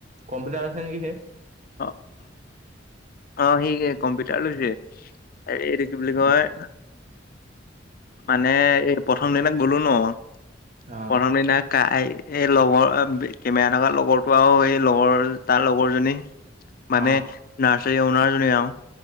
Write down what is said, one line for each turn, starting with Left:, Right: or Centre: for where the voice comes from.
Right: কম্পিউটাৰ লৈছে নেকি সি?
Left: অ অ' সি কম্পিউটাৰ লৈছে। এইটো কি বুলি কয় মানে এই প্ৰথম দিনা গলো ন',
Right: অ'
Left: প্ৰথম দিনা কা এই লগৰ কেমেৰা থকা লগৰটো আৰু এই লগৰ তাৰ লগৰজনী মানে
Right: অ'
Left: নাৰ্চাৰী অওনাৰজনী এও